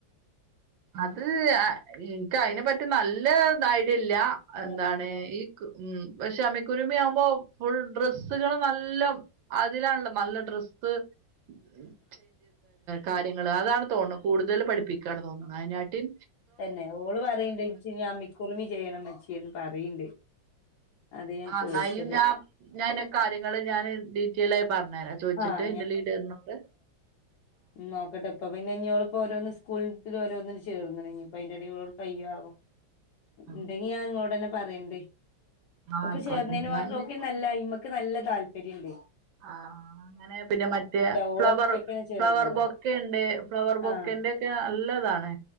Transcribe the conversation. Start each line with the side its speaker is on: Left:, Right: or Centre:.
Right: അത് അ ഇനിക്ക് അയിനെ പറ്റി നല്ല ഐഡിയല്ല എന്താണ്
Left: അറിയില്ലല്ലേ
Right: ഈ ക്ക് ഉം പക്ഷെ അമ്മിക്കുരുമി ആവുമ്പോ ഫുൾ ഡ്രെസ്സുകള് നല്ലോം അതിലാണല്ലോ നല്ല ഡ്രെസ്സ് <unintelligible> കാര്യങ്ങള് അതാണ് തോണണ് കൂടുതല് പഠിപ്പിക്കാന്ന് തോന്നണ് അയിനാട്ടിം
Left: തെന്നെ ഓള് പറയണ്ട് ഇനിച്ചിനി അമിക്കുറമി ചെയ്യണം ഉമ്മച്ചിയേന്ന് പറയണ്ട് അത് ഞാൻ
Right: ആഹ്
Left: ചോദിച്ചത്
Right: എന്നാ അയില് <unintelligible> ഞാന് കാര്യങ്ങള് ഞാന് ഡീറ്റെയിൽ ആയി പറഞ്ഞെരാ ചോയിച്ചിട്ട്
Left: ആഹ്
Right: ഇന്റെ ലിഡറിനോട്
Left: ഉം നോക്കട്ടെ ഇപ്പൊ പിന്നെ ഇനി ഓള് ഇപ്പോ ഓരോന്ന് സ്കൂളിൽത്തെ ഓരോന്നിന് ചേർന്ന്ണ് ഇനി ഇപ്പോ അതിന്റെ എടേല് ഓൾക്ക് കയ്യോ ആവോ
Right: ആ
Left: ഇണ്ടെങ്കി ഞാൻ ഇങ്ങളോടെന്നെ പറയ്ണ്ട്
Right: ആ,
Left: ഒക്
Right: ആയിക്കോട്ടെ
Left: ചേർന്നേന് മാത്രം
Right: ഞാൻ
Left: നോക്കി നല്ല ഐമക്ക് നല്ല താല്പര്യംണ്ട്
Right: ആഹ അങ്ങനെ പിന്നെ മറ്റേ
Left: ഓള്
Right: ഫ്ലവർ
Left: ഒറ്റക്കന്നെ ചേർന്നതാ
Right: ഫ്ലവർ ബൊക്ക ഉണ്ട് ഫ്ലവർ ബൊക്കന്റെ
Left: ആഹ്
Right: ഒക്കെ നല്ലതാണ്